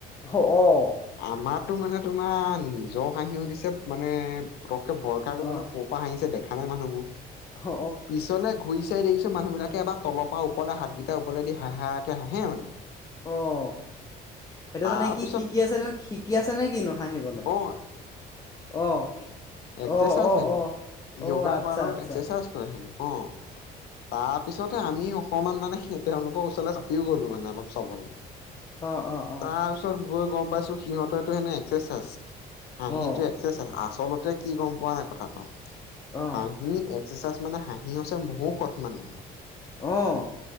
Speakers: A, on the left; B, on the left.
A: অ', অ',
B: আমাৰো মানে তোমাৰ নিজৰ হাঁহি উঠছে মানে ভৰ খাই গলো
A: অ',
B: ন' ক'ৰ পৰা হাঁহিছে দেখা নাই মানুহোৰ
A: অ',
B: পিছলে ঘূৰি চাই দেখি মানুহ বিলাকে এাৰ তলৰ পৰাওৰলে হাতগেইটা ওৰলেদি হহাকে হাঁহে মানে।
A: অঁ। সেইটো
B: তাৰপিছত
A: মানে কি শিকি আছে ন' শিকি আছে নে কিনো হাঁহিবলে
B: অ'
A: অ'।
B: একাৰচাইজ
A: অ', অ',
B: হেনো
A: অ', অ',
B: য়োগা
A: আচ্ছা
B: কৰাৰ লগত
A: আচ্ছা
B: এক্সাৰচাইজ কৰে হেনো অ' তাত পিছতে আমি অকণমান মানে সে তেওঁলোকৰ ওচৰলৈ চাপিও গ'লো মানে অলপ চাবলৈ
A: অ', অ', অ',
B: তাৰপিছত গৈ গম পাইছোঁ সিহতেটো এক্সেচাজ হাঁহি
A: অ',
B: টো এক্সেচাজ আচলতে কি গম পোৱা নাই কথাটো
A: অ',
B: হাঁহি একাই মানে হাঁহি আছে মহৌ সৎ মানুহ।
A: আহ।